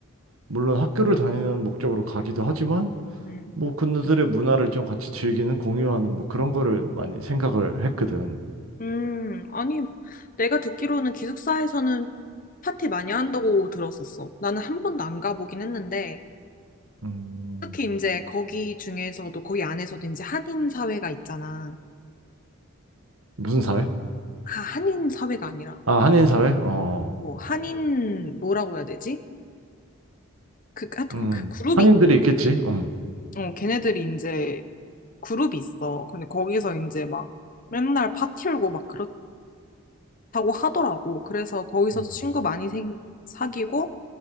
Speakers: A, on the right (about 80°); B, on the left (about 40°).
A: 물론 학교를 다니는 목적으로 가기도 하지만,
B: 응.
A: 뭐 그들의 문화를 좀 같이 즐기는, 공유하는 뭐 그런 거를 많이 생각을 했거든.
B: 음, 아니, 내가 듣기로는 기숙사에서는 파티 많이 한다고 들었었어. 나는 한 번도 안 가보긴 했는데,
A: 음,
B: 특히 이제 거기 중에서도, 거기 안에서도 이제 한인 사회가 있잖아.
A: 무슨 사회?
B: 아, 한인 사회가 아니라
A: 아, 한인 사회? 어.
B: 뭐 한인 뭐라고 해야 되지? 그 하여튼
A: 음,
B: 그 그룹이
A: 한인들이 있겠지. 어.
B: 어 걔네들이 이제 그룹이 있어. 근데 거기서 이제 막 맨날 파티 열고 막 그렇다고 하더라고. 그래서 거기서도
A: 음.
B: 친구 많이 생, 사귀고